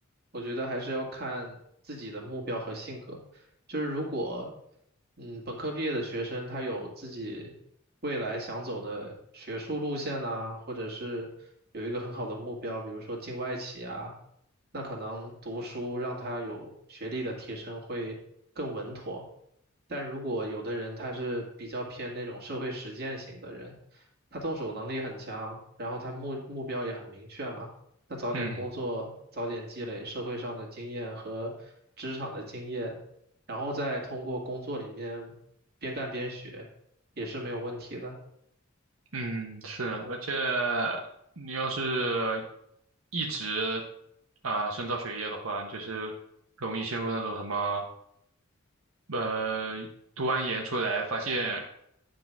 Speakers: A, on the right (about 50°); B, on the right (about 85°).
A: 我觉得还是要看自己的目标和性格。就是如果，嗯，本科毕业的学生他有自己未来想走的学术路线呐、或者是有一个很好的目标，比如说进外企啊，那可能读书让他有学历的提升会更稳妥。但如果有的人他是比较偏那种社会实践型的人，他动手能力很强，然后他目目标也很明确嘛，那早点工作，
B: 嗯
A: 早点积累社会上的经验和职场的经验，然后再通过工作里面边干边学，也是没有问题的。
B: 嗯，是，而且你要是一直啊、深造学业的话，你就是容易陷入那种什么呃，读完研出来发现，